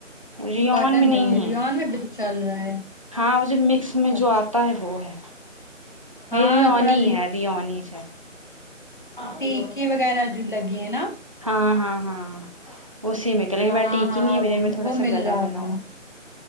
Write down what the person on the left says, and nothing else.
کاٹن
میں ریحان
میں چل رہا ہے
اچھا
ہاں تھوڑا
پی کے وغیرہ جو لگے ہیں نا
ہاں
ہاں
وہ
وہ
مل
رہا
تھا